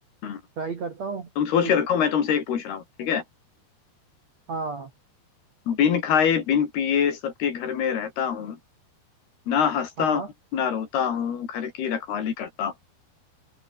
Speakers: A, on the left; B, on the right.
A: हम्म,
B: ट्राई करता हूँ
A: तुम सोच
B: कुछ
A: के रखो मैं तुमसे एक पूछ रहा हूँ ठीक है
B: हाँ
A: बिन खाए बिन पिए सबके घर में रहता हूँ ना हंसता
B: हाँ
A: हूँ ना रोता हूँ घर की रखवाली करता हूँ